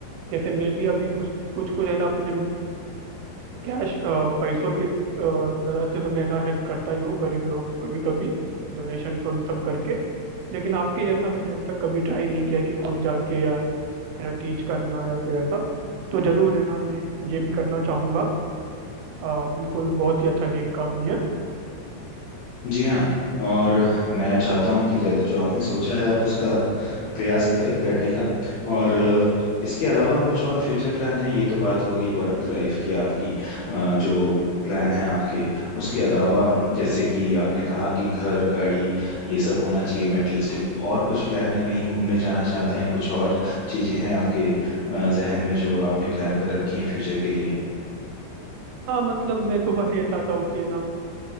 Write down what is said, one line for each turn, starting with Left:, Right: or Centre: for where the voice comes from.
Right: जैसे मैं भी अभी कुछ कुछ कुछ है ना अपने कैश पैसों के अ, तरह से तो मैं ना हेल्प करता ही हूँ गरीब लोग कभी कभी डोनेशन उन सब करके लेकिन आपके जैसा मैंने अब तक कभी ट्राई नहीं किया कि खुद जाके या है ना टीच करना या फिर ऐसा तो जरूर है ना मैं ये भी करना चाहूंगा अ, बिल्कुल बहुत ही अच्छा नेक काम है ये।
Left: जी हाँ और मैं चाहता हूँ कि जैसे जो आपने सोचा है आप उसका प्रयास करें करने का और इसके अलावा कुछ और फ्यूचर प्लान है ये तो बात होगी वर्क लाइफ की आपकी अ, जो प्लान है आपके उसके अलावा जैसे कि आपने कहा कि घर गाड़ी ये सब होना चाहिए मेटलिस्टिक और कुछ प्लान है कहीं घूमने जाना चाहते हैं कुछ और चीज़ें हैं आपके अ, जहन में जो आपने प्लान कर रखी हैं फ्यूचर के लिए
Right: हाँ मतलब मेरे को बस ये था, था कि है ना